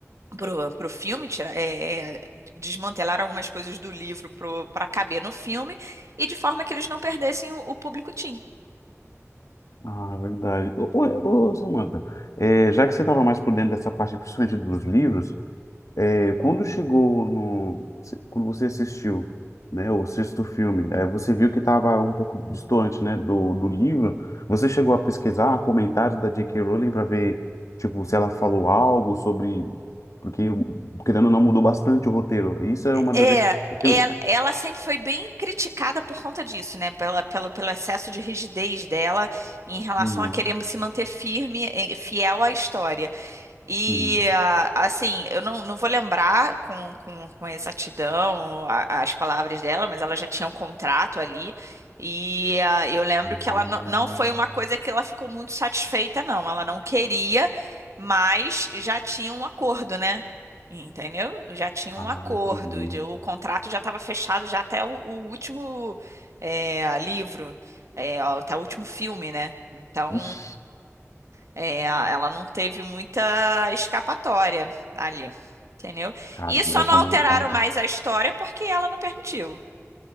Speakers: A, on the right; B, on the left.
A: Pro, pro filme, tira, é, é, desmantelar algumas coisas do livro pro, para caber no filme, e de forma que eles não perdessem o, o público teen.
B: Ah, verdade. Ô, ô, ô, Samantha, é, já que você estava mais por dentro dessa parte, principalmente dos livros, É, quando chegou no, quando você assistiu, né, o sexto filme, é, você viu que estava um pouco distante, né, do, do livro. Você chegou a pesquisar comentários da J.K. Rowling para ver, tipo, se ela falou algo sobre, porque querendo ou não mudou bastante o roteiro. Isso é uma das.
A: É,
B: rec- Eu-
A: ela, ela sempre foi bem criticada por conta disso, né? Pela, pelo, pelo excesso de rigidez dela em relação
B: Uhum,
A: a querer se manter firme, e fiel à história. E
B: sim.
A: ah, assim, eu não, não vou lembrar com, com, com exatidão a- as palavras dela, mas ela já tinha um contrato ali. E ah, eu lembro
B: Ah,
A: que ela não, não foi uma coisa que ela ficou muito satisfeita, não. Ela não queria, mas já tinha um acordo, né? Entendeu? Já tinha um
B: ah,
A: acordo.
B: entendi.
A: de- O contrato já estava fechado já até o, o último eh, livro, eh, até o último filme, né? Então.
B: Ixi,
A: É, a- ela não teve muita escapatória ali, entendeu?
B: cara,
A: E só
B: é
A: não
B: quando,
A: alteraram
B: quando é
A: mais a história porque ela não permitiu.